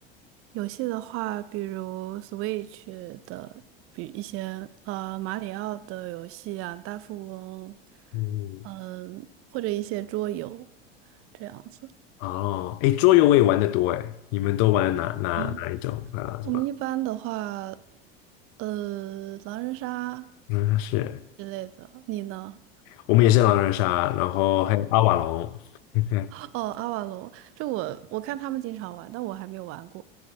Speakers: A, on the right; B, on the left.
A: 游戏的话，比如 Switch 的，比一些呃马里奥的游戏啊，大富翁，
B: 嗯，
A: 嗯、或者一些桌游这样子。
B: 哦，哎，桌游我也玩的多哎，你们都玩哪哪哪一种啊？
A: 哦，我们一般的话，
B: 什么？
A: 呃，狼人杀
B: 嗯，是
A: 之类的，你呢？
B: 我们也是狼人杀，然后还有阿瓦隆。<laughs>
A: <laughs> 哦，阿瓦罗，这我我看他们经常玩，但我还没有玩过。